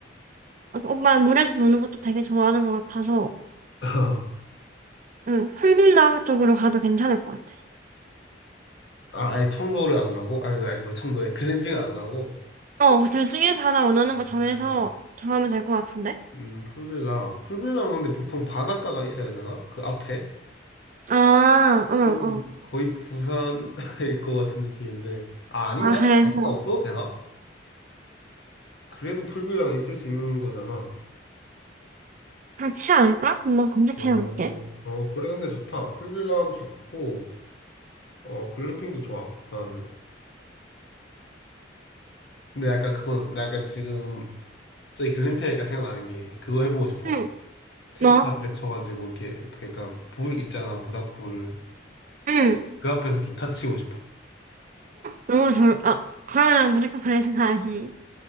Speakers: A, on the right; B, on the left.
A: 어, 오빠 물에서 노는 것도 되게 좋아하는 것 같아서,
B: <laughs> 아,
A: 응, 풀빌라 쪽으로 가도 괜찮을 것 같아.
B: 아예 청도를 안 가고? 아, 아니, 뭐 청도네 글램핑을 안 가고?
A: 어, 둘 중에서 하나 원하는 거 정해서
B: 음.
A: 정하면 될 것 같은데?
B: 음, 풀빌라. 풀빌라면 근데 보통 바닷가가 있어야 되잖아? 그 앞에?
A: 아, 응,
B: 그러면
A: 응.
B: 거의 부산일 <laughs> 것 같은 느낌인데. 아, 아닌가?
A: 아, 그래서
B: 바닷가 없어도 되나? 그래도 풀빌라는 있을 수 있는 거잖아.
A: 그렇지 않을까? 한번 검색해
B: 어,
A: 볼게.
B: 어, 그래, 근데 좋다. 풀빌라도 좋고, 어, 글램핑도 좋아, 나는. 근데 약간 그거, 나 약간 지금, 갑자기 글램핑 하니까 생각나는 게, 그거 해보고 싶어.
A: 응,
B: 텐트
A: 뭐?
B: 앞에 쳐가지고, 이렇게, 그 약간, 불 있잖아, 모닥불.
A: 응.
B: 그 앞에서 기타 치고 싶어.
A: 너무 절, 아, 그러면 무조건 그래픽 가야지.